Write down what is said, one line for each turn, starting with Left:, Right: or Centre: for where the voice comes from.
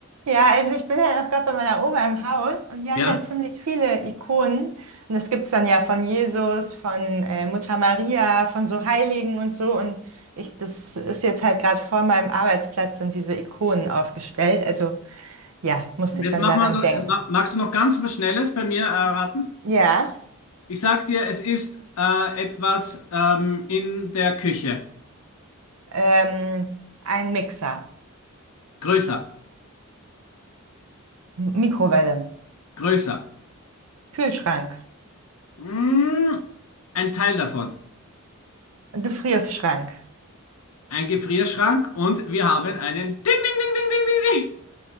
Right: Ja, also ich bin halt auch gerade bei meiner Oma im Haus und die hat
Left: Ja?
Right: halt ziemlich viele Ikonen. Und das gibt's dann ja von Jesus, von äh, Mutter Maria, von so Heiligen und so. Und ich, das ist jetzt halt gerade vor meinem Arbeitsplatz sind diese Ikonen aufgestellt. Also ja, musste
Left: Jetzt
Right: ich dann
Left: mach
Right: daran
Left: mal, noch-
Right: denken.
Left: ma- magst du noch ganz was Schnelles bei mir erraten?
Right: Ja,
Left: Ich sag dir, es ist äh, etwas ähm, in der Küche.
Right: ähm, ein Mixer,
Left: Größer,
Right: M- Mikrowelle,
Left: größer.
Right: Kühlschrank,
Left: Mm, ein Teil davon.
Right: Gefrierschrank.
Left: Ein Gefrierschrank und wir haben einen Ding, Ding, Ding, Ding, Ding, Ding, Ding.